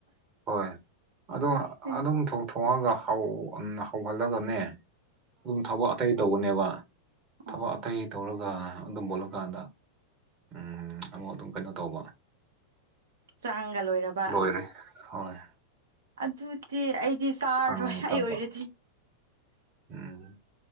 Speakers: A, on the right; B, on the right.
A: ꯍꯣꯏ ꯑꯗꯣ
B: ꯍꯣꯏ
A: ꯑꯗꯨꯝ ꯊꯣꯡꯉꯒ ꯍꯧꯍꯜꯂꯒꯅꯦ ꯑꯗꯨꯝ ꯊꯕꯛ ꯑꯇꯩ ꯇꯧꯕꯅꯦꯕ
B: ꯑꯣ
A: ꯊꯕꯛ ꯑꯇꯩ ꯇꯧꯔꯒ ꯑꯗꯨꯝ ꯃꯨꯜꯂꯀꯥꯟꯗ ꯎꯝ ꯑꯃꯨꯛ ꯑꯗꯨꯝ ꯀꯩꯅꯣ ꯇꯧꯕ
B: ꯆꯥꯡꯒ ꯂꯣꯏꯔꯕ
A: ꯂꯣꯏꯔꯦ ꯍꯣꯏ
B: ꯑꯗꯨꯗꯤ ꯑꯩꯗꯤ ꯆꯥꯔꯔꯣꯏ
A: ꯊꯥꯡ
B: ꯑꯩ
A: ꯀꯥꯞꯄ
B: ꯑꯣꯏꯔꯗꯤ
A: ꯎꯝ